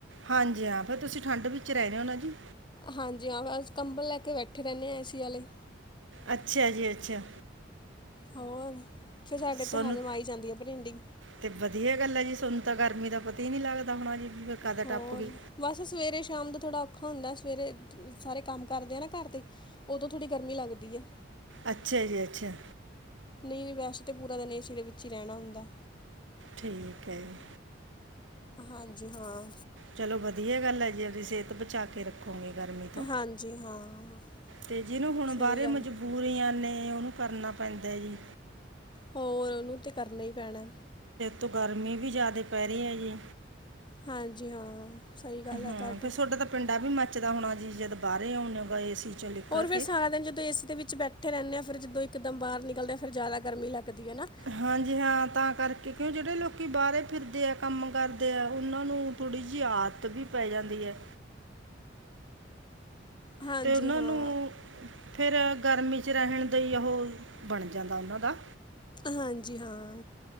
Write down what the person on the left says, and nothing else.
ਹਾਂਜੀ ਹਾਂ। ਅ ਕੰਬਲ ਲੈ ਕੇ ਬੈਠੇ ਰਹਿੰਦੇ ਹਾਂ ਏ ਸੀ ਵਾਲੇ
ਹੋਰ ਫਿਰ ਸਾਡੇ
ਤੇ ਹਜ਼ਮ ਆਈ ਜਾਂਦੀ ਆ ਪਰਿੰਡੀਿੰ
ਹੋਰ
ਬਸ ਸਵੇਰੇ ਸ਼ਾਮ ਦਾ ਥੋੜਾ ਔਖਾ ਹੁੰਦਾ ਸਵੇਰੇ ਸਾਰੇ ਕੰਮ ਕਰਦੇ ਆ ਨਾ ਘਰ ਤੇ ਉਦੋਂ ਥੋੜ੍ਹੀ ਗਰਮੀ ਲੱਗਦੀ ਹੈ।
ਨਹੀਂ, ਨਹੀਂ ਵੈਸੇ ਤਾਂ ਪੂਰਾ ਦਿਨ ਏ ਸਰੇ ਵਿੱਚ ਹੀ ਰਹਿਣਾ ਹੁੰਦਾ
ਹਾਂਜੀ ਹਾਂ।
ਹਾਂਜੀ ਹਾਂ
ਸਹੀ
ਗੱਲ
ਹੋਰ ਉਹਨੂੰ ਤੇ ਕਰਨਾ ਹੀ ਪੈਣਾ
ਹਾਂਜੀ ਹਾਂ। ਸਹੀ ਗੱਲ
ਹੈ ਤੁਹਾਡੀ
ਹੋਰ ਫਿਰ
ਸਾਰਾ ਦਿਨ ਜਦੋਂ ਏਸੀ ਦੇ ਵਿੱਚ ਬੈਠੇ ਰਹਿੰਦੇ ਆ ਫਿਰ ਜਦੋਂ ਇੱਕਦਮ ਬਾਹਰ ਨਿਕਲਦੇ ਆ ਫਰ ਜ਼ਿਆਦਾ ਗਰਮੀ ਲੱਗਦੀ ਹੈ ਨਾ
ਹਾਂਜੀ
ਹਾਂ
ਹਾਂਜੀ ਹਾਂ,